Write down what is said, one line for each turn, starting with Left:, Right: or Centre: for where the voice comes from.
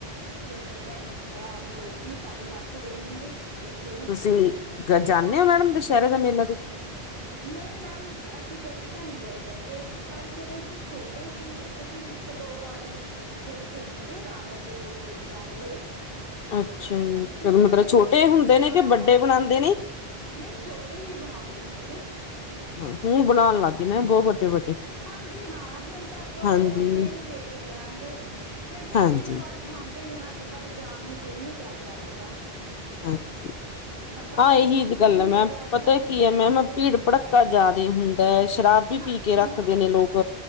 Right: ਗੰਨੇ ਤਾਂ ਆਮ ਲੋਕੀ ਸਾਰੇ ਰੱਖਦੇ ਨੇਗੇ। ਇੱਥੇ ਵੀ
Left: ਤੁਸੀਂ ਗ ਜਾਂਨੇ
Right: ਹਾਂ
Left: ਹੋ ਮੈਡਮ ਦੁਸਹਿਰੇ ਦਾ ਮੇਲਾ ਦੇ
Right: ਨਹੀਂ ਮੈਮ ਅਸੀਂ ਕਦੇ ਤਾਂ ਨਹੀਂ ਗਏ ਹੈਗੇ, ਪਰ ਜਦੋਂ ਅਸੀਂ ਛੋਟੇ ਸੀ ਅਸੀਂ ਇੱਕੱ ਇੱਕ- ਦੋ ਵਾਰ, ਦੇਖੇ ਨੇ ਗੇ ਰਾਵਣ ਦੇ ਪੁਤਲੇ ਜਲਾਉਂਦੇ ਹੋਏ।
Left: ਅੱਛਾ ਜੀ।
Right: ਕਿਉਂਕਿ
Left: ਮਤਲਬ
Right: ਉਹ
Left: ਛੋਟੇ
Right: ਬੱਚਿਆਂ
Left: ਹੁੰਦੇ ਨੇ ਕਿ ਵੱਡੇ
Right: ਦੁਆਰਾ
Left: ਬਣਾਉਂਦੇ ਨੇ।
Right: ਨਹੀਂ ਛੋਟੇ ਹੀ ਬਣਾਉਂਦੇ ਸੀਗੇ।
Left: ਹ ਹੂਣ ਬਣਾਉਣ ਲੱਗ ਗਏ ਬਹੁਤ ਵੱਡੇ- ਵੱਡੇ।
Right: ਹਾਂਜੀ ਹਾਂ। ਹੁਣ ਤਾਂ ਆਪਾਂ
Left: ਹਾਂਜੀ
Right: ਫੋਨ ਤੇ ਹੀ ਦੇਖਦੇ ਆਂਗੇ। ਕਿਉਂਕਿ
Left: ਹਾਂਜੀ
Right: ਭੀੜ ਵਾਲੀ ਥਾਂ ਤੇ ਹੁਣ ਅੱਜ ਕੱਲ ਜਾਣ ਨੂੰ ਦਿਲ ਨੀ ਕਰਦਾ ਹੈਗਾ।
Left: ਹਾਂਜੀ।
Right: ਆਪਾਂ <unintelligible>
Left: ਹਾਂ ਇਹੀ
Right: ਤੇ
Left: ਗੱਲ ਏ
Right: ਹੀ
Left: ਮੈਮ
Right: ਅਲੱਗ
Left: ਪਤਾ
Right: ਅਲੱਗ
Left: ਕੀ
Right: ਸ਼ਹਿਰਾਂ
Left: ਏ, ਮੈਮ
Right: ਦੇ
Left: ਭੀੜ ਭੜੱਕਾ ਜਾਦੇ ਹੁੰਦਾ ਏ, ਸ਼ਰਾਬ ਵੀ
Right: ਹਾਂਜੀ
Left: ਪੀ ਰੱਖਦੇ
Right: ਹਾਂ
Left: ਨੇ ਲੋਕ,